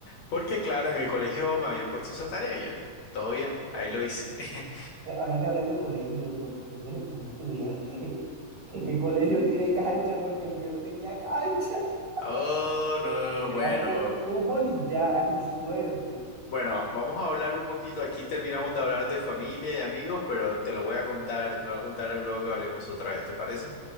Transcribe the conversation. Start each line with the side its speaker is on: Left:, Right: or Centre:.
Left: porque claro, en el colegio me habían puesto esa tarea, y yo, todo bien, ahí lo hice. <laughs>
Right: Pero ahora que hablas de colegio, ¿dó- ¿dónde, dónde estudiaste? <laughs> ¿Qué, qué colegio tiene cancha? Porque el mío no tenía cancha. <laughs>
Left: Oh, no,
Right: El mío tenía
Left: bueno,
Right: fu- fútbol y ya, y suerte.
Left: bueno, vamos a hablar un poquito, aquí terminamos de hablar de familia y amigos, pero te lo voy a contar, te lo voy a contar luego que hablemos otra vez, ¿te parece?